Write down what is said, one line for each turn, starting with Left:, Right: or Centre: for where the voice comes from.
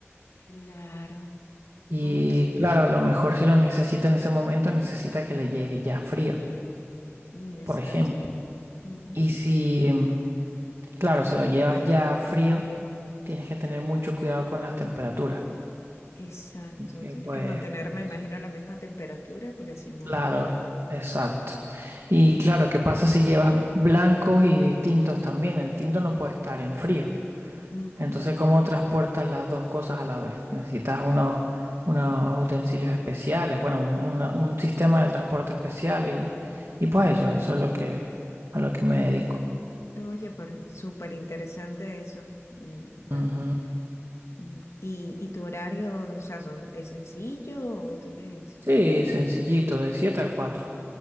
Left: Claro.
Right: Y
Left: Oye,
Right: claro, a lo mejor si lo necesita en ese momento, necesita que le llegue ya frío,
Left: mm, exacto.
Right: por ejemplo.
Left: ujú,
Right: Y si, Claro, se lo llevas ya frío, tienes que tener mucho cuidado con las temperaturas.
Left: Exacto.
Right: Y que
Left: Tiene
Right: pues,
Left: que mantenerme,
Right: pues,
Left: imagino, la misma temperatura porque si no...
Right: claro, exacto. Y claro, ¿qué pasa si llevas blancos y tintos también? El tinto no puede estar en frío.
Left: ujú.
Right: Entonces, ¿cómo transportas las dos cosas a la vez? Necesitas unos, unos utensilios especiales, bueno, un, una- un sistema de transporte especial y, y pues eso, eso es lo que, a lo que me dedico.
Left: Oye, pero súper interesante eso, mm, ¿verdad?
Right: Ujú.
Left: Mm, ¿Y, y tu horario, o sea, son- es sencillo o tienes...
Right: Sí, sencillito, de 7 a 4.